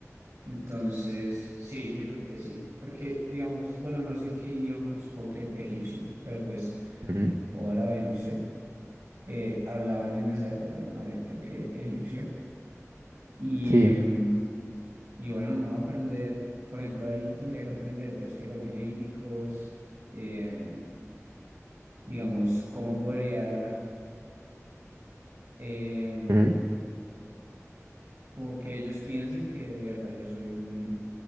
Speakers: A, on the right (about 65°); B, on the right (about 85°).
A: Entonces, sí, yo creo que sí, porque, digamos, bueno, no sé qué idioma, supongo que egipcio, pero pues,
B: Ujú,
A: o árabe, no sé eh, hablaban en esa época, no, yo creo que egipcio. Y,
B: Sí,
A: mm, y bueno, no aprender, por ejemplo, ahí tendría que aprender los jeroglíficos, em, digamos, cómo podría, em,
B: ujú,
A: como que ellos piensen que de verdad yo soy un,